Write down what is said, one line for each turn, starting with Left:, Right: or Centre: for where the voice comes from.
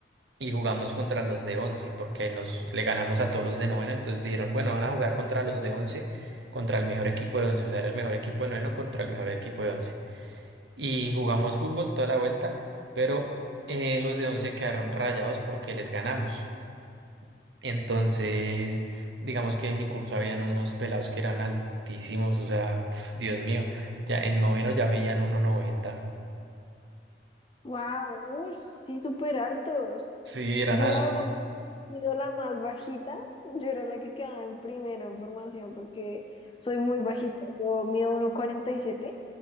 Right: y jugamos contra los de once, porque ahí nos le ganamos a todos los de noveno, entonces dijeron, bueno, van a jugar contra los de once, contra el mejor equipo de once, o sea, era el mejor equipo de noveno contra el mejor equipo de once. Y jugamos fútbol toda la vuelta, pero eh, los de once quedaron rayados porque les ganamos. Entonces, digamos que en mi curso habían unos pelados que eran altísimos, o sea, pf, Dios mío, ya en noveno ya medían uno noventa
Left: ¡Wow! ¡Ush! Sí, súper altos.
Right: Sí, eran
Left: Yo
Right: al.
Left: la verdad, he sido la más bajita. <laughs> Yo era la que quedaba en primero en formación porque soy muy bajita. Yo mido uno cuarenta y siete